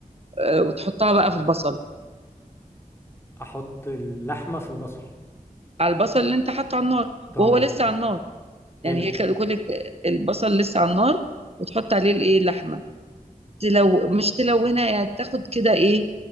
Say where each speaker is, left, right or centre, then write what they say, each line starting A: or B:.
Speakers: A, on the right (about 45°); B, on the left (about 15°).
A: آه، وتحطها بقى في البصل
B: احط اللحمة في البصل
A: على البصل اللي انت حاطه على النار
B: طيب
A: وهو لسه على النار
B: حلو
A: يعني هي كده كل البصل لسه على النار وتحط عليه الايه اللحمة تلو مش تلونها يعني تاخد كده ايه